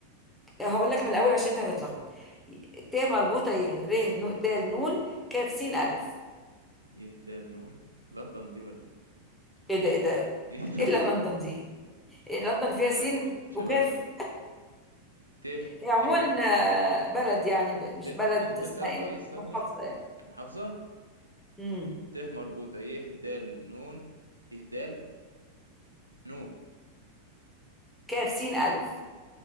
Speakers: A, in the centre; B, on the right.
A: هقول لك من الأول عشان أنت هتتلخبط ت مربوطة ي ر نو- د نون كاف سين ألف
B: يهدى النون لندن دي ولا ايه
A: إيه ده إيه ده
B: <laughs> يهدى
A: إيه اللي لندن دي إيه لندن
B: مش
A: فيها
B: عارف
A: سين
B: يعني شبه
A: وكاف
B: ل- ت
A: هي عموما
B: ت
A: آه، بلد يعني ب- مش
B: ت
A: بلد
B: ت
A: اسمها
B: بس اه كويس
A: إيه
B: طب
A: محافظة
B: ماشي كويس
A: يعني
B: محافظة
A: امم
B: ت مربوطة يهدى النون يهدى نون
A: كاف سين ألف